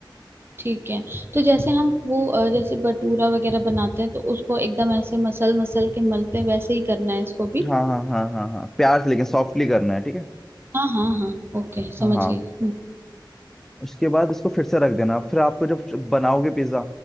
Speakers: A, on the right; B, in the centre.
A: ठीक है तो जैसे हम वो अ, जैसे भटूरा वगैरह बनाते हैं तो उसको एकदम ऐसे मसल मसल के मलते हैं वैसे ही करना है इसको भी
B: हाँ हाँ हाँ हाँ हाँ प्यार से लेकिन सॉफ्टली करना है ठीक है
A: हाँ हाँ हाँ ओके समझ
B: हाँ हाँ
A: गई हम्म
B: उसके बाद इसको फिर से रख देना फिर आपको जब बनाओगे पिज्जा